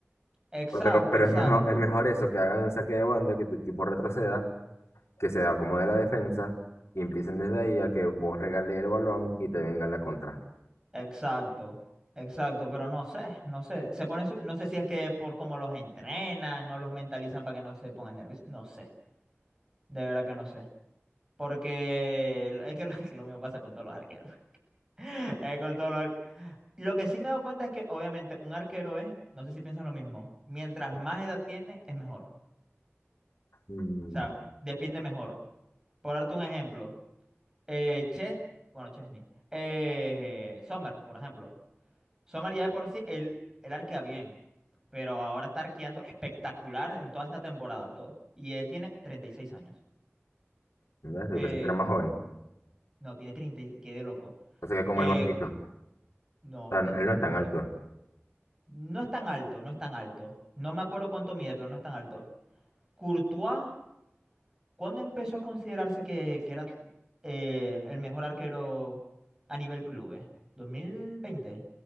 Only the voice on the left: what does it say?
Pero, pero pero
es mejor, es mejor eso, que hagan el saque de banda, que tu equipo retroceda, que se acomode la defensa y empiecen desde ahí a que vos regales el balón y te venga la contra.
Mm,
¿ves? Yo
pensé que era más joven.
O sea que como
es bajito. O
sea,
no- él
no es tan
alto.